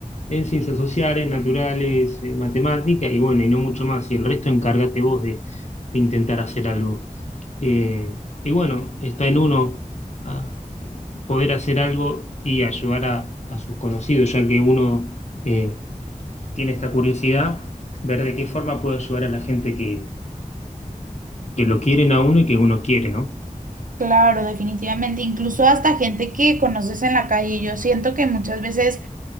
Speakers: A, on the left; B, on the right.
A: en ciencias sociales, naturales, eh, matemática y bueno, y no mucho más, y el resto encárgate vos de, de intentar hacer algo. Eh, y bueno, está en uno ah, poder hacer algo y ayudar a, a sus conocidos, ya que uno eh, tiene esta curiosidad, ver de qué forma puede ayudar a la gente que, que lo quieren a uno y que uno quiere, ¿no?
B: Claro, definitivamente. Incluso hasta gente que conoces en la calle, yo siento que muchas veces